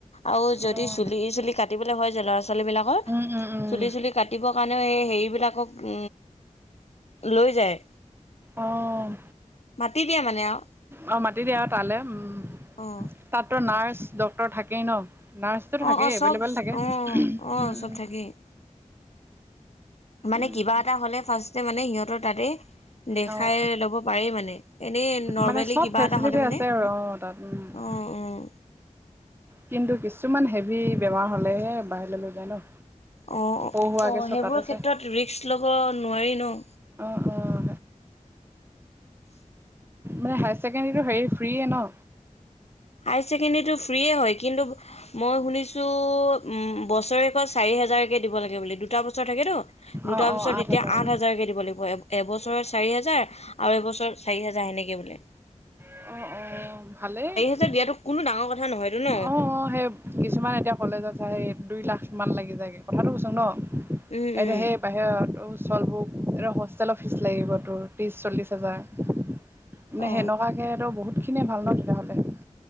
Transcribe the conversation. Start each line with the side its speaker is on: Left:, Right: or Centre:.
Left: আৰু যদি
Right: অঁ
Left: চুলি, চুলি কাটি কাটিব হয় ল'ৰা ছোৱালী বিলাকৰ
Right: উম উম উম
Left: চুলি চুলি কাটিবৰ কাৰণেও এই হেৰিবিলাকক লৈ যায়।
Right: অ',
Left: মাতি দিয়ে মানে আৰু
Right: আহ মাতি দিয়া আৰু তালৈ উম।
Left: অ',
Right: তাততো নাৰ্ছ ড্ক্তৰ থাকেই ন, নাৰ্ছটো
Left: অ',
Right: থাকেই
Left: অ',
Right: এভেইলেবল
Left: চব
Right: থাকে।
Left: অ', অ',
Right: উম
Left: চব থাকেই। মানে
Right: উম
Left: কিবা
Right: উম
Left: এটা হ'লে ফাৰ্ষ্টে মানে সিহঁতৰ তাতে দেখাই
Right: অঁ
Left: ল'ব পাৰি মানে এনেই নৰ্মেলি
Right: মানে চব
Left: কিবা
Right: ফেচিলিটি
Left: এটা হ'লে
Right: আছে
Left: মানে
Right: আৰু অ', তাত উম।
Left: অ', অ',
Right: কিন্তু কিছুমান হেভি বেমাৰ হলেহে বাহিৰলৈ লৈ যায় ন।
Left: অ',
Right: পঢ়ুৱাকৈ
Left: অ',
Right: চব
Left: সেইবোৰ
Right: তাতে
Left: ক্ষেত্ৰত
Right: চাই
Left: ৰিস্ক ল'ব নোৱাৰি ন।
Right: উম, উম। মানে হায়াৰ ছেকেণ্ডেৰীটো হেৰি ফ্ৰীয়ে ন।
Left: হায়াৰ ছেকেণ্ডেৰীটো ফ্ৰিয়েই হয় কিন্তু মই শুনিছোঁ উম বছৰেকত চাৰি হোজাৰকে দিব লাগে বুলি দুটা বছৰ থাকেতো। দুটাৰ
Right: অঁ অঁ
Left: পিছত এতিয়া
Right: হাজাৰ
Left: আঠ হাজাৰকে দিব লাগিব। এবছৰত চাৰি হাজাৰ আৰু এবছ চাৰি হোজাৰ সেনেকে বুলি।
Right: অ', অ', ভালেই।
Left: তছ দিয়া কোনো ডাঙৰ কথা নহয়তো ন।
Right: অঁ অঁ সেই কিছুমান এতিয়া কলেজত চায় দুই লাখ মান লাগি যায়গৈ কথাটো কৈছো ন।
Left: উম, উম।
Right: তেতিয়া সেই বাহিৰত চলবোৰক এ হোষ্টেলৰ ফীজ লাগিব তোৰ ত্ৰিছ চল্লিছ হাজাৰ। মানে
Left: অ
Right: সেনেকুৱাকেতো বহুত খিনিয়ে ভাল ন তেতিয়াহ'লে